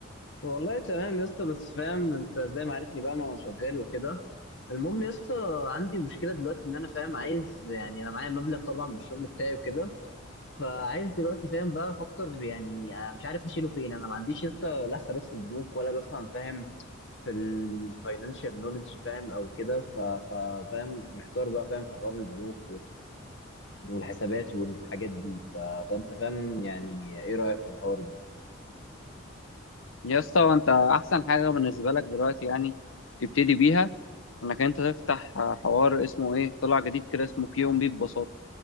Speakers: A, on the left; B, on the left.
A: والله تمام يا اسطى بس فاهم انت زي ما عرفني بقى انا شغال وكده المهم يا اسطى عندي مشكله دلوقتي ان انا فاهم عايز يعني انا معايا مبلغ طبعا من الشغل بتاعي وكده فعايز دلوقتي فاهم بقى افكر يعني آه، مش عارف اشيله فين انا ما عنديش يا اسطى لا حسابات في البنوك ولا بفهم فاهم في الفاينانشال نولج فاهم او كده ف- ف- فاهم محتار بقى فاهم في حوار البنوك والحسابات والحاجات دي ف... فانت فاهم يعني ايه رايك في الحوار ده
B: يا اسطى انت احسن حاجه بالنسبه لك دلوقتي يعني تبتدي بيها انك انت تفتح حوار اسمه ايه طلع جديد كده اسمه كيون بي ببساطه